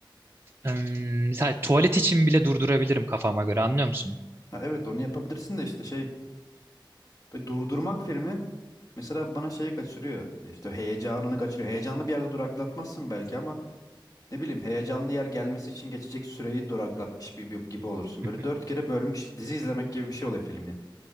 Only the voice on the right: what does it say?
Im, Mesela tuvalet için bile durdurabilirim kafama göre anlıyor musun?
Hı
hı.